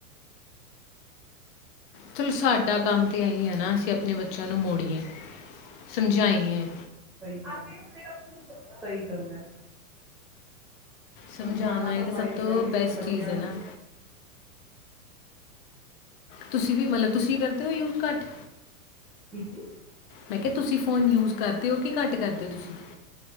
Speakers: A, on the left; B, in the centre.
A: ਚਲੋ ਸਾਡਾ ਕੰਮ ਤੇ ਇਹੀ ਹੈ ਨਾ ਅਸੀਂ ਆਪਣੇ ਬੱਚਿਆਂ ਨੂੰ ਮੋੜੀਏ ਸਮਝਾਈ ਹੈ
B: ਆਗੇ ਆਪਮਣੇ ਕ ਤੁਸੀਂ ਸਹੀ ਗੱਲ ਹੈ
A: ਸਮਝਾਣਾ
B: ਸਮਝਾਉਣਾ
A: ਹੀ
B: ਤਾਂ
A: ਸਭ
B: ਪਏਗਾ
A: ਤੋਂ
B: ਹੀ
A: ਬੈਸਟ
B: ਫਿਰ ਬੱਚਿਆਂ
A: ਚੀਜ਼ ਹੈ
B: ਨੂੰ
A: ਨਾ। ਤੁਸੀਂ ਵੀ ਮਤਲਬ ਤੁਸੀਂ ਕਰਦੇ ਹੋ ਯੂਜ਼ ਘੱਟ
B: ਕੀ ਚੀਜ਼
A: ਮੈਂ ਕਿਹਾ ਤੁਸੀਂ ਫ਼ੋਨ ਯੂਜ ਕਰਦੇ ਹੋ ਕਿ ਘੱਟ ਕਰਦੇ ਹੋ ਤੁਸੀਂ